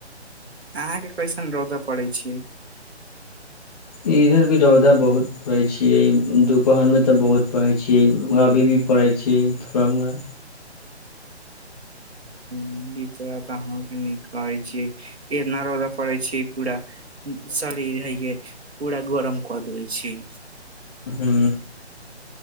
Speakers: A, on the right (about 65°); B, on the left (about 35°).
A: अहाँके कइसन रौदा पड़ै छै
B: इधर भी रौदा बहुत पड़ै छियै दुपहर मे तऽ बहुत परे छियै अभी भी करै छी थोड़ा मोड़ा
A: <inaudible> अभि तुरत अहाँ के न कहै छी एना रौदा पड़े छै पूरा स शरीर अरीके पूरा गरम कऽ देबै छीये
B: हू